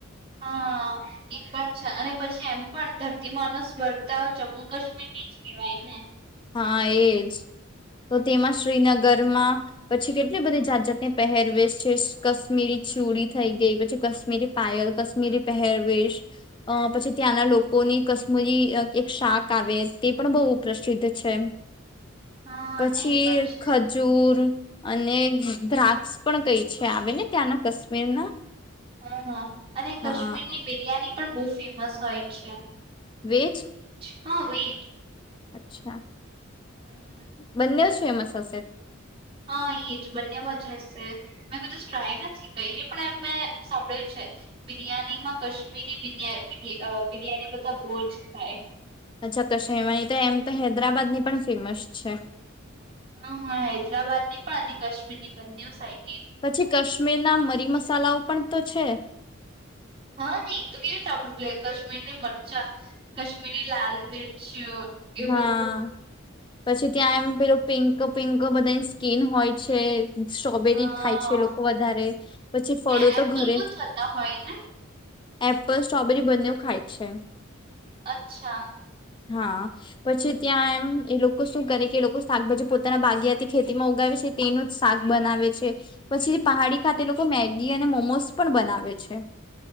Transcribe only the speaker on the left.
હા, એજ તો, તેમાં શ્રીનગરમાં પછી કેટલી બધી જાત, જાતની પહેરવેશ છે કાશ્મીરી ચૂડી થઈ, ગઈ, પછી કશ્મીરી પાયલ, કશ્મીરી પહેરવેશ અ પછી ત્યાંના લોકો ની કશ્મીરી એક શાક આવે તે પણ બહુ પ્રસિદ્ધ છે
પછી
એક
ખજૂરી અને દ્રાક્ષ પણ કઈ છે આવે ને ત્યાંના કાશ્મીરના.
હા
વેજ.
અચ્છા
બંને જ ફેમસ હશે.
અચ્છા કાશ્મીર મા એમ તો હૈદરાબાદની પણ ફેમસ છે.
પછી કાશ્મીર ના મરી મસાલાઓ પણ તો છે.
હા
પછી ત્યાં એમ પેલું પિંક. પિંક બધાની સ્કીન હોય છે. સ્ટ્રોબેરી
ખાય છે લોકો વધારે પછી ફળો
તો
ઘરે.
એપલ સ્ટ્રોબેરી બનેવ ખાય છે.
હા પછી ત્યાં એમ એ લોકો શું કરે કે એ લોકો શાકભાજી પોતાના બાગયાથી ખેતીમાં ઉગાવે છે તેનું જ. શાક બનાવે છે પછી પહાડી ખાતે લોકો મેગી અને મોમોસ પણ બનાવે છે. <inaudible>